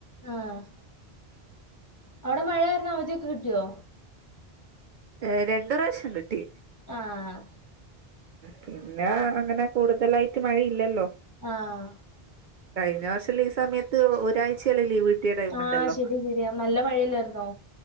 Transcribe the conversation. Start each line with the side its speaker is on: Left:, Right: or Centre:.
Left: ആഹ് അവടെ മഴാ കാരണം അവധിയൊക്കെ കിട്ടിയോ?
Right: ഏഹ് രണ്ടു പ്രാശ്യം കിട്ടി
Left: ആഹ്
Right: പിന്നെ അങ്ങനെ കൂടുതലായിട്ട് മഴയില്ലല്ലോ
Left: ആഹ്
Right: കഴിഞ്ഞ വർഷം ലീ സമയത്ത് ഒരാഴ്ചയല്ലെ ലീവ് ടൈം
Left: ആഹ്
Right: ഉണ്ടല്ലോ
Left: ശെരി ശരിയാ നല്ല മഴല്ലാര്ന്നോ